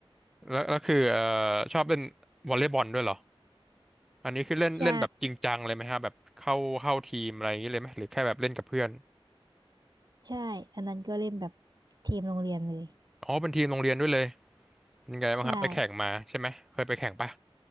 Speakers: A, in the centre; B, on the right.
A: แล้วแล้วคือเอ่อชอบเล่นวอลเลย์บอลด้วยเหรออันนี้คือเล่นเล่นแบบจริงจังเลยไหมฮะแบบเข้าเข้าทีมอะไรอย่างนี้เลยไหมหรือแค่แบบเล่นกับเพื่อน
B: ใช่ใช่อันนั้นก็เล่นแบบทีมโรงเรียนเลย
A: อ๋อเป็นทีมโรงเรียนด้วยเลย ยังไงบ้างครับไปแข่งมาใช่ไหมเคยไปแข่งปะ
B: ใช่